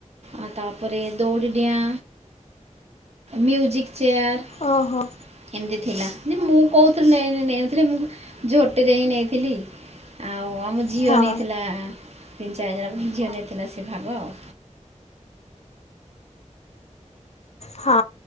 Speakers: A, on the right; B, on the left.
A: ଆ ତାପରେ ଦୌଡ଼ିଡିଆଁ ମ୍ୟୁଜିକ୍ ଚେୟାର
B: ଓହୋ
A: ଏମିତି ଥିଲା ଯେ ମୁଁ କହୁଥିର୍ ନେଇ ନେଇନଥିଲି ମୁଁ କୁ ଝୋଟିରେ ହିଁ ନେଇଥିଲି ଆଉ ଆମ ଝିଅ
B: ହଁ
A: ନେଇଥିଲା ତିନି ଚାରିଜାଗା ଝିଅ ନେଇଥିଲା ସେ ଭାଗ ଆଉ
B: ହଁ